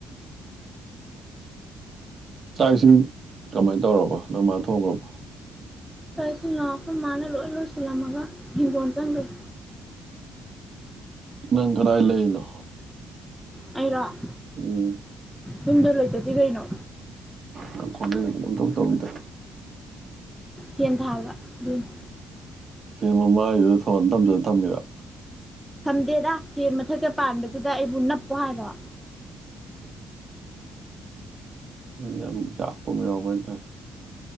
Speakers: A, on the right; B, in the centre.
A: ꯆꯥꯛ ꯏꯁꯤꯡ ꯀꯃꯥꯏ ꯇꯧꯔꯕ‌ꯣ ꯅ‌ꯣꯏ ꯃꯥ ꯊꯣꯡꯒꯔ ꯕ‌ꯣ
B: ꯆꯥꯛ ꯏꯁꯤꯡ ꯂ‌ꯣ ꯈꯣꯏ ꯃꯥꯅ ꯂꯣꯏ ꯂꯣꯏꯁꯤꯜꯂꯝꯃꯒ ꯍꯤꯡꯒꯣꯟ ꯆꯪꯒꯔꯦ
A: ꯅꯪ ꯀꯔꯥꯏ ꯂꯩꯏ ꯅꯣ
B: ꯑꯩꯔ‌ꯣ
A: ꯎꯝ
B: ꯌꯨꯝꯗ ꯂꯩꯇꯗꯤ ꯀꯩꯅꯣ
A: ꯅ‌ꯪ ꯈꯣꯟꯖ‌ꯦꯟ ꯀꯩꯅꯣꯝ ꯏꯇꯧ ꯇꯧꯋꯤꯗꯥ
B: ꯍꯦꯟ ꯊꯥꯕ ꯑꯗꯨꯏ ꯅ‌ꯦ
A: ꯐ‌ꯦꯟ ꯃꯃꯥꯏ ꯗꯨꯗꯥ ꯐ‌ꯣꯟꯗ‌‌ꯣ ꯊꯝꯖꯟꯂ ꯊꯝꯃꯤꯔ‌ꯣ
B: ꯊꯝꯗꯦꯗ ꯍꯦꯟ ꯃꯊꯛꯇ ꯄꯥꯟꯕꯖꯤꯗ ꯑꯩꯕꯨ ꯅꯞꯄꯣ ꯍꯥꯏꯔꯣ
A: ꯌꯥꯝ ꯌꯥꯛꯄ ꯑꯃꯥ ꯌꯥꯎꯕ ꯍꯥꯏꯇꯥ ꯔ‌ꯦ